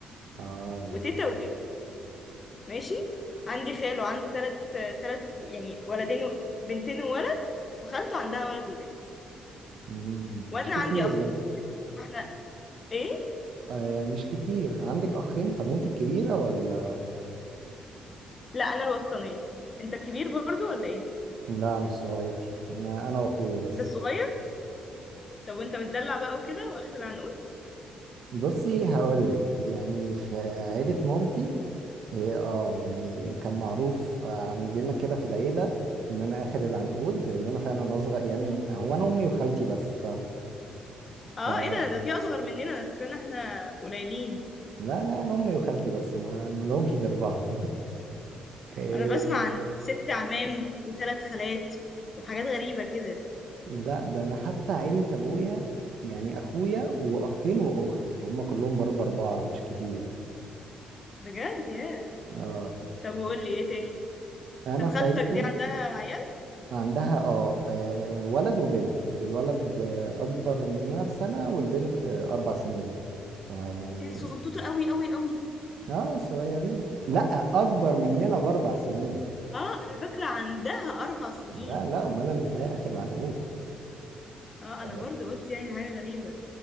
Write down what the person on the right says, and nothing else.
اه
مم.
مش كتير
برضه
آه مش كتير عندك اخين طب انت الكبيرة ولا
لا انا الصغير انا انا واخويا بس
بصي هقولك يعني في عيلة مامتي إيه، اه يعني كان معروف عندنا كده في العيلة ان انا اخر العنقود لان انا فعلا اصغر يعني هو انا امي وخالتي بس فاهمة
لا لا انا امي وخالتي بس ما ما لهمش غير بعض <laughs> إيه
لا ده انا حتى عيلة ابويا يعني اخويا واخين واخت فهم كلهم برضه اربعة مش كتير
اه
انا
في عيلتهم
عندها اه آه، ولد وبنت الولد آه، اكبر مننا بسنة والبنت آه، اربع سنين فيعني
اه صغيرين لا اكبر مننا باربع سنين
لا لا امال انا ازاي اخر العنقود
آه،